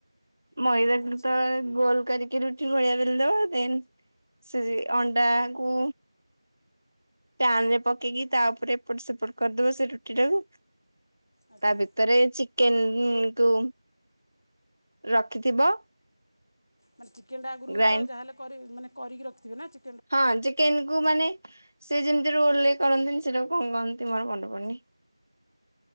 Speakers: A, on the right; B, on the left.
A: ମଇଦାକୁ
B: ଆଚ୍ଛା
A: ତ ଗୋଲ କରିକି ରୁ ଟି ଭଳିଆ ବେଲ୍ ଦବ ଦେନ୍ ସେ ଅଣ୍ଡା କୁ ପ୍ୟାନ ରେ ପକେଇକି ତା ଉପରେ ଏପଟ ସେପଟ କରିଦବ ସେ ରୁଟି ଟାକୁ
B: ଆଚ୍ଛା।
A: ତା ଭିତରେ ଚିକେନକୁ ରଖିଥିବ।
B: ମାନେ ଚିକେନଟା ଆଗରୁ
A: ଗ୍ରାଇଣ୍ଡ
B: ତ ଯାହେଲେ କରି ମାନ କରିକି ରଖଥିବେ ନା ଚି
A: ହଁ ଯେ କେନ କୁ ମାନେ ସେ ଯେମିତି ରୋଲରେ କରନ୍ତିନ ସେଟାକୁ କଣ କହନ୍ତି ମୋର ମନ ପଡୁନି।